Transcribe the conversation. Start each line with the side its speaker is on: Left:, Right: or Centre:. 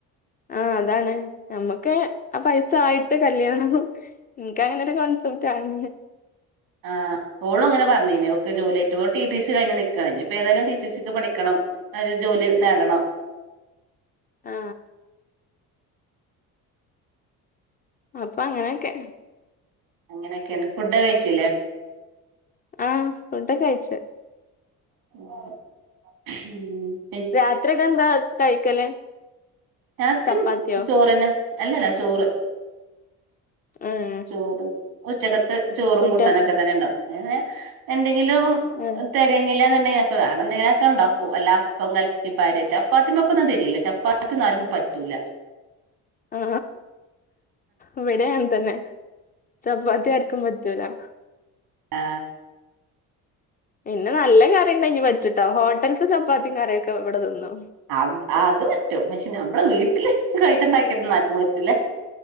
Left: ആ അതാണ് നമ്മുക്ക് ആ പൈസ ആയിട്ട്- കല്യാണ നിനക്ക് അങ്ങനെ ഒരു കോൺസെപ്റ്റ് ആണ്
Right: ആഹ് ഓളും അങ്ങനെ പറഞ്ഞീനു ഓക് ജോലി ടി ടി സി കഴിഞ്ഞു നൽക്കണം ഇനി ഇപ്പ ഏതായാലും ടി ടി സിക്ക് പഠിക്കണം അത് ജോലി നേടണം
Left: ആ അപ്പൊ അങ്ങനെയൊക്കെ
Right: അങ്ങനെയൊക്കെയാന്ന് ഫുഡ് കഴിച്ചല്ലേ
Left: ആ ഫുഡൊക്കെ കഴിച്ച്
Right: ഉം <unintelligible>
Left: രാത്രിയൊക്കേ എന്താ കഴിക്കല്
Right: രാത്രിയും
Left: ചപ്പാത്തിയോ
Right: ചോറ്ന അല്ലല്ല ചോറ്
Left: ഏഹ്
Right: ചോറ് ഉച്ചക്ക് ചോറും
Left: പുട്ടാ
Right: കൂട്ടാനൊക്കെ തന്നെണ്ടാവും <unintelligible> എൻ എന്തെങ്കിലും
Left: ഏഹ്
Right: തികഞ്ഞില്ല എന്നുണ്ടെങ്കി അ വേറെഎന്തെങ്കിലൂ എന്തെങ്കൊക്കെ ഉണ്ടാക്കും അല്ല അപ്പം <unintelligible> ചപ്പാത്തി മൊക്കൊന്നുംരില്ല ചപ്പാത്തി ആർക്കും പറ്റൂല
Left: ആ ഇവിടെങ്ങനതന്നെ ചപ്പാത്തി ആർക്കും വേ <unintelligible>
Right: ആ
Left: പിന്നെ നല്ല കറി ഇണ്ടെങ്കി പറ്റുട്ടോ ഹോട്ടല്ത്തെ ചപ്പാത്തിയും കറിയൊക്കെ ഇവിടെ തിന്നും
Right: അ അത് പറ്റും പക്ഷേ നമ്മളെ വീട്ടില് കൊഴിച്ച്ണ്ടാക്ക്യതൊന്നും ആർക്കും പറ്റൂല